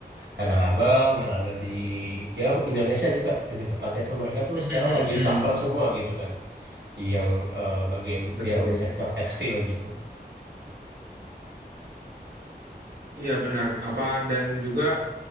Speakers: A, on the right; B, on the right.
A: Tanah Abang, yang ada di ya Indonesia sih Kak lebih tepatnya tuh mereka tuh
B: <laughs>
A: sekarang lagi suffer semua gitu kan di yang eh, bagian
B: Betul.
A: yang di sektor tekstil gitu.
B: Iya benar. Apa dan juga